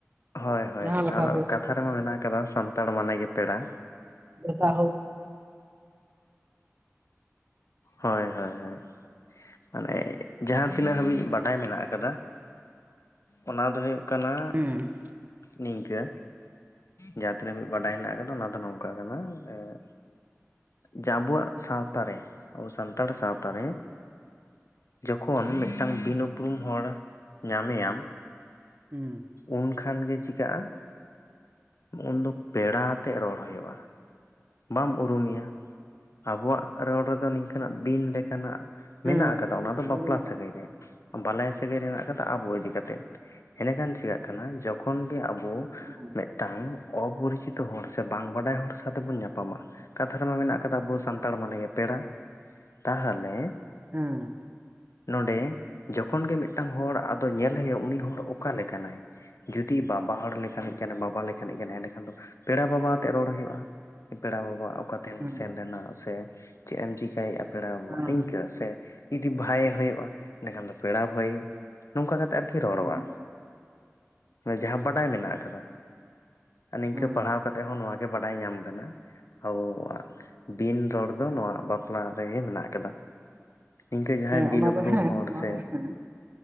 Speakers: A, on the left; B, on the right.
A: ᱦᱳᱭ ᱦᱳᱭ
B: ᱡᱟᱦᱟᱸ ᱞᱮᱠᱟ
A: ᱟᱫᱚ
B: ᱜᱮ
A: ᱠᱟᱛᱷᱟ ᱨᱮᱢᱟᱸ ᱢᱮᱱᱟᱜ ᱟᱠᱟᱫᱟ ᱥᱟᱱᱛᱟᱲ ᱢᱟᱱᱮᱜ ᱜᱮ ᱯᱮᱲᱟ
B: ᱫᱮᱠᱟ ᱦᱳᱠ
A: ᱦᱳᱭ ᱦᱳᱭ ᱦᱳᱭ ᱢᱟᱱᱮ ᱡᱟᱦᱟᱸ ᱛᱤᱱᱟᱹᱜ ᱟᱹᱢ ᱵᱟᱰᱟᱭ ᱢᱮᱱᱟᱜ ᱟᱠᱟᱫᱟ ᱚᱱᱟ ᱫᱚ ᱦᱩᱭᱩᱜ ᱠᱟᱱᱟ
B: ᱦᱩᱸ
A: ᱱᱤᱝᱠᱟᱹ ᱡᱟᱦᱟᱸ ᱛᱤᱱᱟᱹᱜ ᱷᱟᱵᱤ ᱵᱟᱰᱟᱭ ᱦᱮᱱᱟᱜ ᱟᱠᱟᱫᱟ ᱚᱱᱟ ᱫᱚ ᱱᱚᱝᱠᱟ ᱠᱟᱱᱟ ᱮᱸᱜ ᱡᱟ ᱟᱵᱚᱣᱟᱜ ᱥᱟᱶᱛᱟ ᱨᱮ ᱟᱵᱚ ᱥᱟᱱᱛᱟᱲ ᱥᱟᱶᱛᱟ ᱨᱮ ᱡᱚᱠᱷᱚᱱ ᱢᱤᱫᱴᱟᱝ ᱵᱤᱤᱱ ᱩᱯᱨᱩᱢ ᱦᱚᱲ ᱧᱟᱢᱮᱭᱟᱢ
B: ᱩᱸ
A: ᱩᱱᱠᱷᱟᱱ ᱜᱮ ᱪᱤᱠᱟᱹᱜᱼᱟ ᱩᱱᱫᱚ ᱯᱮᱲᱟ ᱟᱛᱮᱜ ᱨᱚᱲ ᱦᱳᱭᱳᱜᱼᱟ ᱵᱟᱢ ᱩᱨᱩᱢᱮᱭᱟ ᱟᱵᱚᱣᱟᱜ ᱨᱚᱲ ᱨᱮ ᱫᱚ ᱱᱤᱝᱠᱟᱹᱱᱟᱜ ᱵᱤᱱ ᱞᱮᱠᱟᱱᱟᱜ
B: ᱦᱮᱸ
A: ᱢᱮᱱᱟᱜ ᱠᱟᱫᱟ ᱚᱱᱟ ᱫᱚ
B: ᱦᱮᱸ
A: ᱵᱟᱯᱞᱟ ᱥᱟᱹᱜᱟᱹᱭ ᱨᱮ ᱵᱟᱞᱟᱭᱟ ᱥᱟᱹᱜᱟᱹᱭ ᱨᱮᱱᱟᱜ ᱠᱟᱛᱟ ᱟᱵᱚ ᱤᱫᱤ ᱠᱟᱛᱮᱫ ᱤᱮᱸᱰᱮᱠᱷᱟᱱ ᱪᱤᱠᱟᱹᱜ ᱠᱟᱱᱟ ᱡᱚᱠᱷᱚᱱ ᱜᱮ ᱟᱵᱚ
B: <inaudible>
A: ᱢᱤᱫᱴᱟᱝ ᱚᱯᱚᱨᱤᱪᱤᱛᱚ ᱦᱚᱲ ᱥᱮ ᱵᱟᱝ ᱵᱟᱰᱟᱭ ᱦᱚᱲ ᱥᱟᱶᱛᱮᱵᱚᱱ ᱧᱟᱯᱟᱢᱟ ᱠᱟᱛᱷᱟ ᱨᱮᱢᱟ ᱢᱮᱱᱟᱜ ᱠᱟᱫᱟ ᱟᱵᱚ ᱥᱟᱱᱛᱟᱲ ᱢᱟᱱᱮ ᱜᱮ ᱯᱮᱲᱟ ᱛᱟᱦᱟᱞᱮ
B: ᱩᱸ
A: ᱱᱚᱸᱰᱮ ᱡᱚᱠᱷᱚᱱ ᱜᱮ ᱢᱤᱫᱴᱟᱝ ᱦᱚᱲ ᱟᱫᱚ ᱧᱮᱞᱮ ᱦᱩᱭᱩᱜᱼᱟ ᱩᱱᱤ ᱦᱚᱲ ᱚᱠᱟ ᱞᱮᱠᱟᱱᱟᱭ ᱡᱩᱫᱤ ᱵᱟᱵᱟ ᱦᱚᱲ ᱞᱮᱠᱟᱱᱤᱡ ᱠᱟᱱᱟ ᱵᱟᱵᱟ ᱞᱮᱠᱟᱱᱤᱡ ᱠᱟᱱᱟᱭ ᱮᱸᱰᱮᱠᱷᱟᱱ ᱫᱚ ᱯᱮᱲᱟ ᱵᱟᱵᱟ ᱟᱛᱮᱜ ᱨᱚᱲ ᱦᱳᱭᱳᱜᱼᱟ ᱯᱮᱲᱟ ᱵᱟᱵᱟ ᱚᱠᱟ ᱛᱮᱢ
B: ᱦᱮᱸ
A: ᱥᱮᱱ ᱞᱮᱱᱟ ᱥᱮ ᱪᱮᱜ ᱮᱢ ᱪᱤᱠᱟᱭᱮᱜᱼᱟ ᱯᱮᱲᱟ ᱵᱟᱵᱟ
B: ᱦᱮᱸ
A: ᱱᱤᱝᱠᱟᱹ ᱥᱮ ᱡᱩᱫᱤ ᱵᱷᱟᱭᱮ ᱦᱳᱭᱳᱜᱼᱟ ᱮᱸᱰᱮᱠᱷᱟᱱ ᱫᱚ ᱯᱮᱲᱟ ᱵᱷᱟᱹᱭ ᱱᱚᱝᱠᱟ ᱠᱟᱛᱮᱜ ᱟᱨᱠᱤ ᱨᱚᱲᱚᱜᱼᱟ
B: ᱦᱮᱸ
A: ᱡᱟᱦᱟᱸ ᱵᱟᱰᱟᱭ ᱢᱮᱱᱟᱜ ᱠᱟᱫᱟ ᱟ ᱱᱤᱝᱠᱟᱹ
B: ᱦᱮᱸ
A: ᱯᱟᱲᱦᱟᱣ ᱠᱟᱛᱮᱜ ᱦᱚᱸ ᱱᱚᱣᱟ ᱜᱮ ᱵᱟᱰᱟᱭ ᱧᱟᱢ ᱠᱟᱱᱟ ᱟᱵᱚᱣᱟᱜ ᱵᱤᱱ ᱨᱚᱲ ᱫᱚ ᱱᱚᱣᱟ ᱵᱟᱯᱞᱟ ᱨᱮᱜᱮ ᱢᱮᱱᱟᱜ ᱠᱟᱫᱟ ᱱᱤᱝᱠᱟᱹ ᱡᱟᱦᱟᱸᱭ
B: ᱦᱮᱸ
A: ᱵᱤᱱ
B: ᱚᱱᱟ
A: ᱩᱯᱨᱩᱢ
B: ᱫᱚ ᱦᱮᱸ
A: ᱦᱚᱲ
B: ᱚᱱᱟ
A: ᱥᱮ
B: ᱫᱚ ᱦᱮᱸ